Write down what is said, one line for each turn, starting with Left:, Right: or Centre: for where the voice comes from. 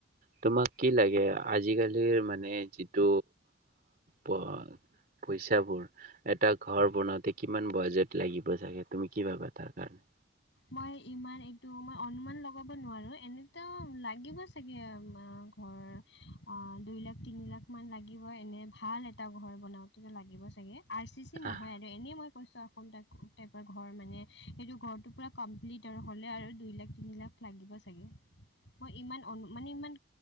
Right: তোমাক কি লাগে আজিকালিৰ মানে যিটো পইচাবোৰ এটা ঘৰ বনাওঁতে কিমান বাজ লাগাগ তুমি কি ভাবা তাৰ কাৰণে
Left: মই ইমান এইটো মই অনুমান লগাব নোৱাৰো এনেতো লাগিব চাগে ঘৰ অ দুই লাখ তিনি লাখ মান লাগিব এনে ভাল এটা ঘৰ বনাওততো লাগিব চাগে আৰ চি চি নহয়
Right: আহ
Left: আৰু এনেই মই কৈছোঁ আৰু টাইপৰ ঘৰ মানে সেইটো ঘৰটো পুৰা কমপ্লিটৰ হ'লে আৰু দুই লাখ তিনি লাখ লাগিব চাগে মই ইমান অনু মানে ইমান